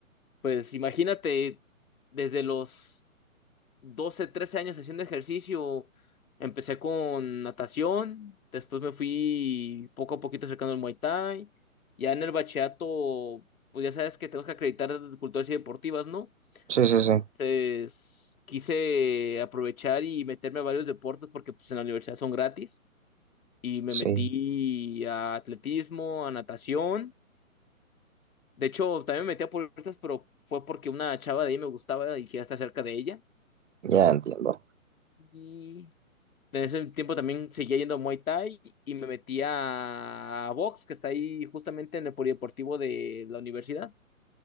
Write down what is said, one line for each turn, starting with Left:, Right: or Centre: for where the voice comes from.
Left: pues imagínate, desde los 12, 13 años haciendo ejercicio. Empecé con natación, después me fui poco a poquito acercando al Muay Thai. Ya en el bachillerato, pues ya sabes que tenemos que acreditar culturas y deportivas, ¿no?
Right: Sí, sí, sí,
Left: Entonces quise aprovechar y meterme a varios deportes porque pues en la universidad son gratis. Y me
Right: sí,
Left: metí a atletismo, a natación. De hecho, también me metí a puertas, pero fue porque una chava de ahí me gustaba y quería estar cerca de ella.
Right: ya entiendo.
Left: y En ese tiempo también seguía yendo a Muay Thai y me metí a, a box, que está ahí justamente en el polideportivo de la universidad.